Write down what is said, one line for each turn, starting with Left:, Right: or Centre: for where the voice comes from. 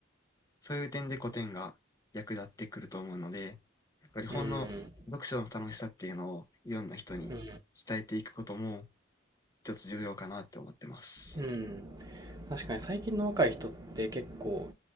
Left: そういう点で古典が役立ってくると思うので、やっぱり本の読書の楽しさっていうのをいろんな人に
Right: うんうん
Left: 伝えていくことも一つ重要かなって思ってます。
Right: うん。確かに最近の若い人って結構